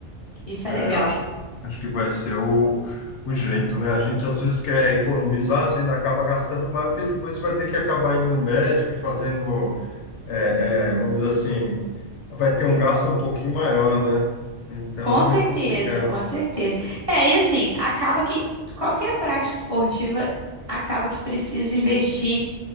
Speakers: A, on the right; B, on the left.
A: Isso
B: É,
A: é legal.
B: eu acho, acho que vai ser o, o jeito, né? A gente às vezes quer economizar, você ainda acaba gastando mais, porque depois você vai ter que acabar indo no médico e fazendo, é, é, vamos dizer assim, vai ter um gasto um pouquinho maior, né? Então
A: Com certeza,
B: é meio complicado.
A: com certeza. É, e assim, acaba que qualquer prática esportiva acaba que precisa investir